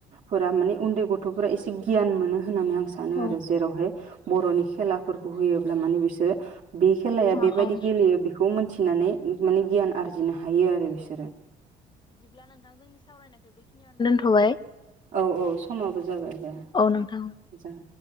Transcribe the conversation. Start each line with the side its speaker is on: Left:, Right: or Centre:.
Right: फोर माने उन्दै गथ'फोरा एसे गियान मोनो। होननानै आं सानो
Left: औ
Right: आरो जेरावहाय बर'नि खेलाफोरखौ होयोब्ला माने बिसोरो बे खेलाया
Left: औ
Right: बेबायदि
Left: औ
Right: गेलेयो बेखौ मिथिनानै माने गियान आरजिनो हायो आरो बिसोरो
Left: होआइ
Right: औ-औ समाबो जाबाय दे मजां
Left: औ नोंथां